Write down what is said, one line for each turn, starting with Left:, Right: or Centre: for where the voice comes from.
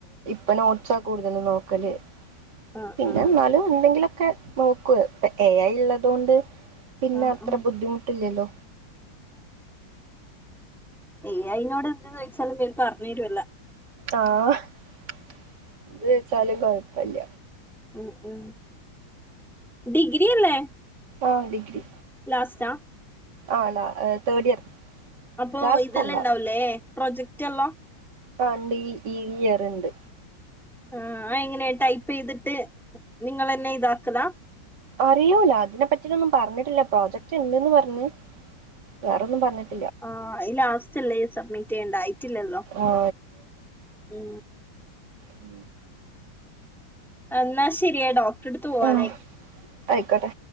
Right: ഇപ്പ നോട്ട്സാ കൂടുതൽ നോക്കല്
Centre: ആഹ്
Right: പിന്നൊലും
Centre: ആഹ്
Right: ഉന്തെങ്കില ഒക്കെ നോക്കുവ ഇപ്പൊ എ ആ ഉള്ളത കൊൊണ്ട് പിന്നെ
Centre: ആഹ് ആഹ്
Right: അത്ര
Centre: ആഹ്
Right: ബുദ്ധിമുട്ടില്ലല്ലോ
Centre: ്യ അയിതിനോട് എന്ത ചോദിച്ചാലും പേ പറഞ്ഞീടുമല്ല
Right: ആഎന്ത വച്ചാാലും കൊഴപ്പില്ല
Centre: ഉ ഉ ഡിഗ്രി അല്ലേ?
Right: ആഹ് ഡിഗ്രി.
Centre: പാസ്ട
Right: ആണാ തേർഡ് ഇയർ.
Centre: അപ്പൊ
Right: ലാസ്റ്റ്
Centre: ഇതെല്ലാം
Right: അല്ല
Centre: ഇണ്ടാവലേ പ്രൊജക്റ്റ്ല്ലോ.
Right: കണ്ട് ഈ ഈ വിയർണ്ട്.
Centre: ആ എങ്ങനെയാ ടൈപ്പ് ചെയ്തിട്ട് നിങ്ങളന്നെ ഇതാക്കലാ.
Right: അറിയൂല അതിനെപ്പറ്റിന്നും പറഞ്ഞിട്ടില്ല. പ്രോജക്ട് ഇണ്ട്ന്ന് പറഞ്ഞ് വേറൊന്നും പറഞ്ഞിട്ടില്ല.
Centre: ആ ലാസ്റ്റ്ല്ലേ സബ്മിറ്റ് ചെയ്യണ്ടായിട്ടില്ലല്ലോ.
Right: ആ
Centre: ഉ
Right: ഉം
Centre: എന്നാ ശരിയായി ഡോക്ടറെടുത്ത് പോവാനായി.
Right: ആ ആയിക്കോട്ടെ